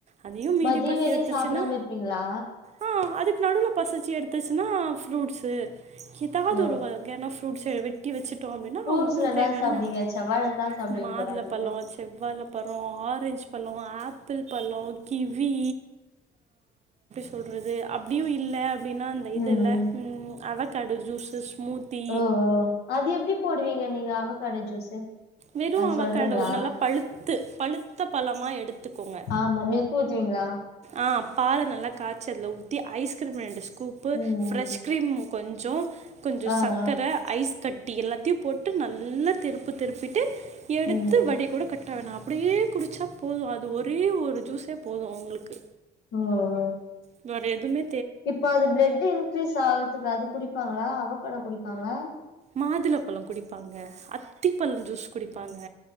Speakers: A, on the right (about 40°); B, on the left (about 75°).
A: அதையு மீறி
B: மதியம்
A: பசி
B: வெறியு
A: எடுத்துச்சுன்னா
B: சாப்பிடாம இருப்பீங்களா
A: ஆ அதுக்கு நடுவுல பசிச்சி எடுத்துச்சுன்னா ஃப்ரூட்ஸு எதாவது
B: ஓ
A: ஒரு வகையான ஃப்ரூ ஃப்ரூட்ஸ்ஸ வெட்டி வச்சு ட்டோ அப்படின்னா
B: ஃப்ரூட்ஸ்ல
A: அவுங்க அவுங்களுக்கு
B: என்னா
A: தேவையானது
B: சாப்டுவீங்க செவ்வாழதா சாப்டுவீங்க
A: மாதுள
B: போல அதிகமா
A: பழோ செவ்வால ஆரஞ்சு பழோ ஆப்பிள் பழோ கிவ்வி சொல்றது அப்படியு இல்ல அப்படின்னா அந்த இதுல
B: ம் ம்
A: உம் அவகாடு ஜூஸஸ் ஸ்மூத்தி
B: ஓ ஓ அது எப்டி போடுவீங்க நீங்க அவக்காடோ ஜூஸு
A: வெறு
B: அது
A: அவக்கேடோ
B: சொல்றீங்களா
A: நல்லா பழுத்து பழுத்த பழமா எடுத்துக்கோங்க
B: ஆமா மில்க் ஊத்துவீங்களா
A: ஆஹ் பால நல்லா கா ச்சி அதுல ஊத்தி ஐஸ்கிரீம் ரெண்டு ஸ் கூப்பு
B: ம்
A: ஃபிரஷ்க்
B: ம்
A: கீரீமு கொஞ்சோ கொஞ்ச
B: ஆ
A: சக்கர
B: ஆ
A: ஐஸ் கட் டி எல்லாத்தையு போட்டு நல்லா திருப்பு திருப்பி எடுத்து
B: ம் ம்
A: வடி கூட கட்ட வேணா அப்டியே குடிச்சா போது அது ஒரே ஒரு ஜூஸே போது அவங்களுக்கு
B: ம் ம்
A: <unintelligible> எதுமே
B: இப்ப அது பிளட் இன்கிரீஸ் ஆவுறதுக்கு அது குடிப்பாங்ளா அவகாடொ குடிப்பாங்ளா <inaudible>
A: மாதுளப்பழோ குடிப்பாங்க அத்திப்பழம் ஜூஸ் குடிப்பாங்க